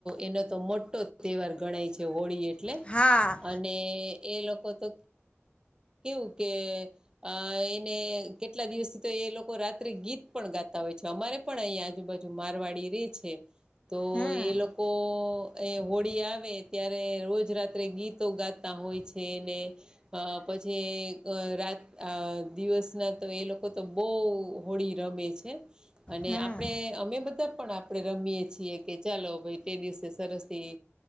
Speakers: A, on the right; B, on the left.
A: એનો તો મોટો તહેવાર ગણાય છે જે હોળી એટલે
B: હા
A: અને એ લોકો તો કેવું કે અ એને કેટલા દિવસથી તો એ લોકો રાત્રે ગીત પણ ગાતા હોય છે અમારે પણ અહીં આજુબાજુ મારવાડી રે છે તો
B: હમ
A: એ લોકો એ હોળી આવે ત્યારે રોજ રાત્રે ગીતો ગાતા હોય છે ને અ પછી રાત દિવસના તો એ લોકો તો બહુ હોળી રમે છે અને
B: હમ
A: આપણે અમે બધા પણ આપ આપણે રમીએ છીએ કે ચાલો ભાઈ તે દિવસે સરસથી